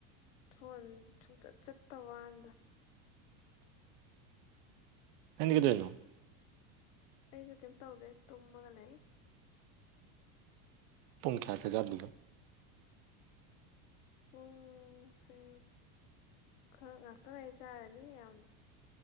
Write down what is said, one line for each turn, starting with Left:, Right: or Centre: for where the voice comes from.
Left: ꯐꯣꯟ ꯁꯨꯡ ꯆꯠ ꯆꯠꯇ ꯋꯥꯅꯤꯗ
Right: ꯍꯦꯟꯗꯤ <unintelligible> ꯀꯀꯗꯅꯣ <unintelligible>
Left: ꯑꯩꯖꯨ ꯀꯩꯝ ꯇꯧꯗꯦ ꯇꯨꯝꯃꯒ ꯂꯩ
Right: ꯄꯨꯡ ꯀ꯭ꯌꯥꯗ ꯆꯠꯂꯤꯕ
Left: ꯄꯨꯡ ꯁꯦ ꯈꯔ ꯉꯥꯛꯇꯡ ꯂꯩꯔ ꯆꯠꯂꯅꯤ ꯌꯥꯝ